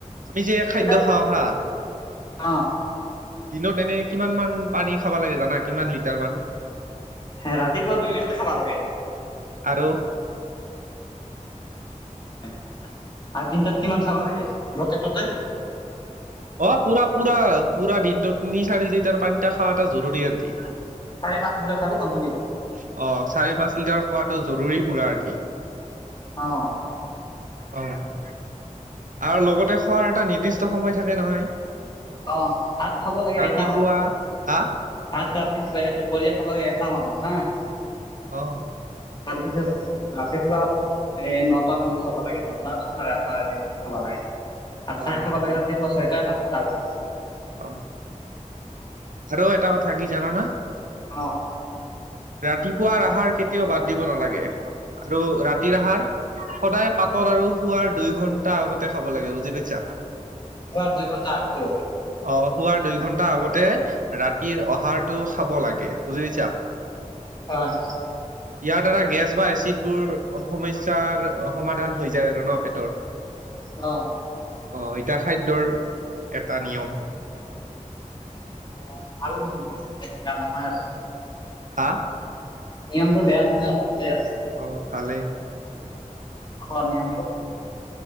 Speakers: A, on the right; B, on the left.
A: আমি যে খাদ্্য
B: চিধা
A: খাওঁ হা
B: অ।
A: দিনত এনে কিমান মান পানী খাব লাগে। জানা কিমান লিটাৰ মান।
B: হ ৰাতিপুৱা দুই লিটাৰ খাব লাগে
A: আৰু <unintelligible>
B: আৰু দিন তাত কিমান খাব লাগে গোটেই টোতেল
A: অ পুৰা পুৰা পুৰা দিনটো তিনি চাৰি দি তাৰ লিটাৰ। পানীতা খোৱা এটা জৰুৰী আৰু কি অ
B: চাৰি পাঁচ লিটাৰ খালে কমপ্লিট
A: চাৰি পাঁচ লিটাৰ খোৱাটো জৰুৰী পুৰা আৰ কি।
B: অ।
A: অ আৰু লগতে খোৱাৰ এটা নিৰ্দিষ্ট সময় থাকে নহয়।
B: অ ভাত খাব লাগে
A: ৰাতিপুৱা
B: এটা মানত
A: হা
B: ভাত ৰাতিপুৱাই দুপৰীয়া খাব লাগে এ ত বানত হা <unintelligible>
A: আহ।
B: তাৰ পিছত ৰাতিপুৱা অলপ এ নটা মান খাব লাগে নটা বা চাৰে আঠটালৈকে পিছত খাব লাগে। আৰু
A: অ
B: চাহ খাব লাগে ৰাতিপুৱা ছয়টা বা সাতটা বজাত
A: অ আৰু এটা কথাাকি জানানা।
B: অ।
A: ৰাতিপুৱাৰ আহাৰ কেতিয়াও বাদ দিব নালাগে আৰু ৰাতিৰ আহাৰ সদায় পাতৰ আৰু শোৱাৰ দুই ঘণ্টা আগতে খাব লাগে বুজি পাইছা।
B: অ দুই ঘণ্টা আগতে
A: আহ খোৱাৰ দুই ঘন্টা আগতে ৰাতিৰ অহাৰটো খাব লাগে বুজিপাইছা।
B: হয়।
A: ইয়াৰ দ্বাৰা গেছ বা এচিডবোৰ সমস্যাৰ সমাধান হৈ যায় আৰু ন পেটৰ
B: অ।
A: অ এতিয়া খাদ্যৰ এটা নিয়ম
B: অ ভাল দেখোন নহয় আৰু
A: হা।
B: নিয়মটো বেয়া নহয় আৰু ভালে আৰু
A: অ ভালেই।
B: খৰ নিয়মটো